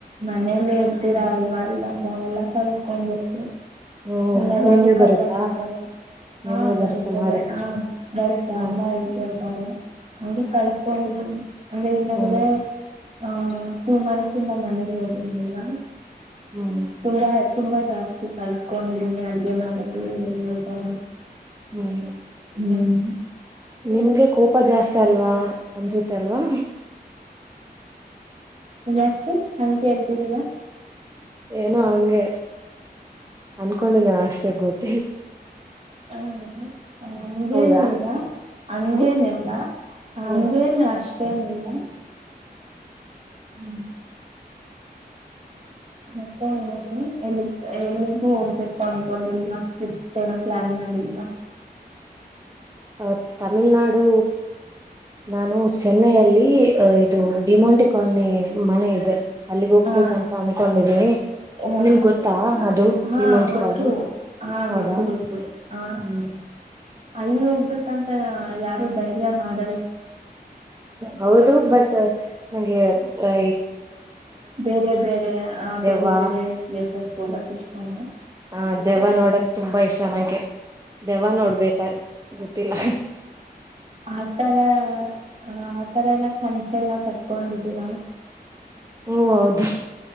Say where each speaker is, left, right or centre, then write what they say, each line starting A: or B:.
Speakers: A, on the right (about 40°); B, on the right (about 20°).
A: ಮನೇೆಯಲ್ಲಿ ಹೇಳ್ತೀರಾ ಇವ <unintelligible> ಕಲ್ತ್ಕಬೇಕು
B: ಹ್ಮ್
A: ಇನ್ ಯಾವಾಗು
B: ನಿಮ್ಗೆ
A: ಕಲಿಯಕ್
B: ಬರುತ್ತಾ
A: ಆಗಲ್ಲ ಹಾ
B: ನಿಮ್ಗೆ
A: ಬರುತ್ತದೆ
B: ಬರುತ್ತೆ ಮಾಡಕ್ಕೆ
A: ಹಾ ಬರುತ್ತೆ
B: ಹಾ
A: ಅಮ್ಮ ಹೇಳ್ಕೊಳ್ತಾರೆ ಅಂಗೆ ಕಲ್ತ್ಕೊಂಡ ಹ್ಮ ಅಂದ್ರೆ ಈ ನಡುವೆ
B: ಹ್ಮ್
A: ಆ ಸಿನ <unintelligible> ಮನೆಯೆಲ್ಲಿದೀನಿ ಈಗ
B: ಹ್ಮ್
A: ತುಂಬಾ ತುಂಬಾ ಜಾಸ್ತಿ ಕಲ್ತ್ಕೊಂಡಿದೀನಿ ಅಡಗೆ ಮಾಡೋದು ಎಲ್ಲ ಈ ತರ
B: ಹ್ಮ್
A: ಹ್ಮ್
B: ನಿಮ್ಗೆ ಕೋಪ ಜಾಸ್ತ್ ಅಲ್ವಾ ಅನ್ಸುತ್ತೆ ಅಲ್ವಾ
A: ಯಾಕೆ ಹಂತ ಅಂಗ್ ಕೇಳ್ತಿದೀರಾ
B: ಏನೋ ಹಂಗೆ ಅನ್ಕೊಂಡಿದೆ ಅಷ್ಟೇ ಗೊತ್
A: ಹ್ಮ ಹಂಗೇನಿಲ್ಲ
B: ಹೌದಾ
A: ಹಂಗೇನಿಲ್ಲ
B: ಹ್ಮ್
A: ಹಂಗೇನ್
B: ಹ್ಮ್
A: ಅಷ್ಟ್ ಅಷ್ಟೇನಿಲ್ಲ ಹ್ಮ್ ಮತ್ತೆ ಎಲ್ಲಿ ಎಲ್ಲಿಗೂ ಹೋಗ್ಬೇಕು ಅನ್ಕೊಂಡಲ್ ಟ್ರಿಪ್ಸ್ ಏನ ಪ್ಲಾನ್ ಮಾಡಲ್ ಮ
B: ಅ ತಮಿಳ್ನಾಾಡು ನಾನು ಚೆನ್ನೈಯಲ್ಲಿ ಅ ಇದು ಡಿಮೋಂಟಿ ಕಾಲನಿ ಮನೆ ಇದೆ ಅಲ್ಲಿಗ್ ಹೋಗ್ಬೇಕಂತ
A: ಹಾ
B: ಅನ್ಕೊಂಡಿದೀನಿ
A: ಓ
B: ನಿಮ್ಗೆ ಗೊತ್ತಾ ಅದು
A: ಹಾ
B: ಡಿಮಂಟಿಿಕಲ್
A: ಗೊತ್ತು ಹಾ ಗೊತ್ತು
B: ಆದಾ
A: ಗೊತ್ತು ಹ
B: ಹ್ಮ್
A: ಅಲ್ಲಿ ಹೋಗ್ಬೇಕಂತ ಯಾರು ಧೈರ್ಯ ಮಾಡ
B: ಹೌದು ಬಟ್ ನಂಗೆ ಆ
A: ಬೇರೆ ಬೇರೆ ಆ
B: ದೆವ್ವ
A: ಬೇರೆ ಬೇರೆ ಪ್ಲೇಸಸ್ಗೆ ಹೋಗುತ್ತೆ <unintelligible>
B: ಹ ದೆವ ನೋಡಕ್ ತುಂಬಾ ಇಷ್ಟ ನಂಗೆ ದೆವ ನೋಡ್ಬೇಕ ಗತ್ತಲ್ಲ
A: ಅತಾರ ಹ ಆತರ ಎಲ್ಲಾ ಕನ್ಸ ಎಲ್ಲ ಕತ್ಕೊಂಡ್ಬಿಟ್ಟರ
B: ಹ್ಮ ಹೌದು